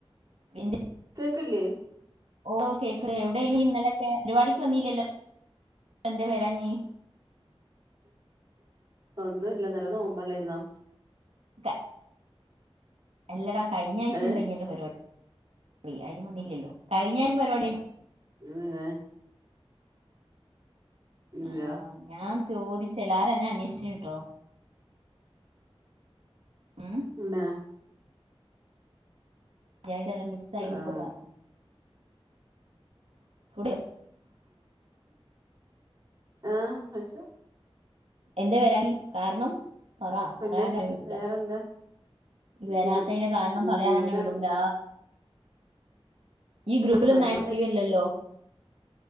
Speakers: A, on the right; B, on the right.
A: പിന്നെ
B: കേക്കില്ലേ
A: ഓ കേക്ക് എവിടെ ഇനി ഇന്നലെക്കെ പരിപാടിക്ക് വന്നല്ലല്ലോ എന്ത വരാഞ്ഞീ
B: ഒന്നുല്ല ഇന്നലെ നോമ്പല്ലായിരുന്നോ
A: ക്ക എല്ലടാ കഴിഞ്ഞ ആഴ്ച
B: ഏ
A: ഉണ്ടെല്ലോ പരിപാടി അതിനും വന്നില്ലല്ലോ കഴിഞ്ഞ ആഴം പരിപാടി
B: <unintelligible> ഇല്ല
A: ആ, ഞാൻ ചോദിച്ചല്ല ആരും അന്നെ അന്വേഷിച്ചട്ടോ ഉം
B: ഉണ്ടാ
A: അയിട്ടല്ല മിസ് ആയി എന്നൊക്കെ
B: ആ
A: പറഞ്ഞു <unintelligible>
B: ആഹ് ഹ സൊ
A: എന്താ വരാനേ കാരണം പറ
B: പിന്നെ
A: പറയാണ്ടന്നെ വിടൂല
B: വേറെന്താ
A: ഈ
B: ഉം
A: വരാത്തതിന്റെ കാരണം പറയാതൊ
B: ഏതാ
A: അന്നെ വിടൂ ല്ല നീ ഗ്രൂപ്പിലൊന്നും
B: പരിപാടി
A: ആക്റ്റീവ് അല്ലല്ലോ